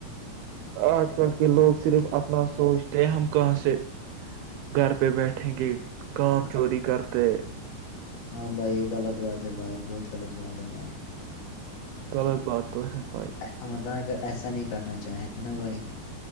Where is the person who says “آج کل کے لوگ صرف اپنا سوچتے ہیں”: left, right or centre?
Right